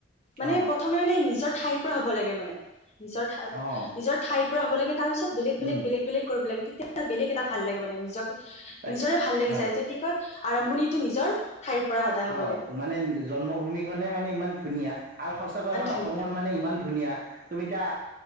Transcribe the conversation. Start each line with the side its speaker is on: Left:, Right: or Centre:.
Left: মানে
Right: অ',
Left: প্ৰথমে মানে নিজৰ ঠাইৰ পৰা হ'ব লাগে মানে। নিজৰ ঠা ঠাই
Right: অ',
Left: নিজৰ ঠাইৰ পৰা হ'ব লাগে তাৰ পিছত বেলেগ বেলেগ
Right: উম,
Left: বেলেগ বেলেগ কৰিব লাগে তেতিয়া টা বেলেগ এটা ভাল লাগে মানে নিজকে
Right: তাক
Left: নিজৰে ভাল লাগি
Right: হয়,
Left: যায় যে কি কয় আৰম্ভণিটো নিজৰ ঠাইৰ পৰা সদায় হ'ব
Right: অ',
Left: লাগে
Right: মানে জন্মভূমিখনে মানে ইমান ধুনীয়া। আৰু সঁচাকৈ
Left: ইমান
Right: আমাৰ
Left: ধুনীয়া
Right: অসমখন মানে ইমান ধুনীয়া, তুমি এতিয়া